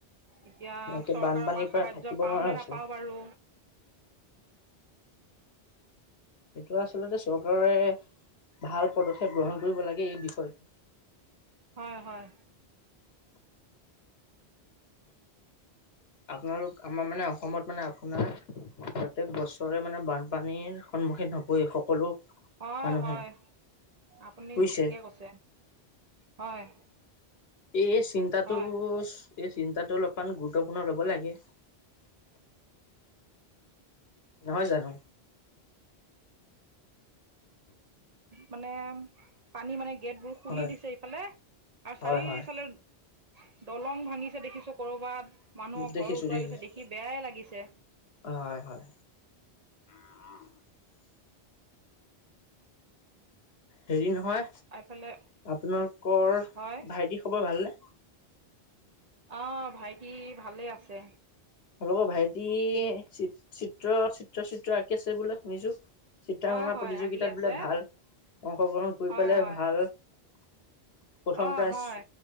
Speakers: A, on the right; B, on the left.
A: এতিয়া
B: একে
A: চৰকাৰৰ
B: বানপানীৰ
A: পৰা সাহায্য
B: থাকিব
A: পাওঁ
B: নোৱাৰা
A: নে
B: হৈছো
A: নাপাওঁ বাৰু।
B: এইেটো আচলতে চৰকাৰে। ভাল পদক্ষেপ গ্ৰহণ কৰিব লাগে এই বিষয়টো।
A: হয় হয়।
B: আপোনালোক আমাৰ মানে অসমত মানে আপোনাৰ। প্ৰত্যেক বছৰে মানে বানপানীৰ সন্মুখীন হ'বই সকলো।
A: হয়
B: মানুহে
A: হয় আপুনি
B: বুজিছে
A: ঠিকে কৈছে হয়।
B: এই চিন্তাতটো
A: হয়
B: এই চিন্তাতটো অলপমান গুৰুত্বপূৰ্ণ ল'ব লাগে নহয় জানো
A: মানে পানী মানে গেটবোৰ খুলি
B: হয়
A: দিছে ইফালে আৰু চাৰিওফালে
B: হয় হয়
A: দলং ভাঙিছে দেখিছো কৰবাত মানুহক
B: দেখিছো
A: ঘৰ উতুৱাই
B: দেখিছো
A: লৈছে দেখি বেয়াই লাগিছে
B: হয় হয় <unintelligible> হেৰি নহয়
A: আৰু এইফালে
B: আপোনালোকৰ
A: হয়
B: ভাইটি খবৰ ভালনে?
A: অ ভাইটি ভালে আছে।
B: অলৰ ভাইটি চ চিত্ৰ চিত্ৰ চিত্ৰ আঁকি আছে বোলে শুনিছো চিত্ৰাংগনা
A: হয় হয়
B: প্ৰতিযোগিতাত
A: আঁকি আছে
B: বোলে ভাল, অংশগ্ৰহণ কৰি
A: হয়
B: পেলাই
A: হয়
B: ভাল প্ৰথম
A: অ
B: প্ৰাইজ
A: হয়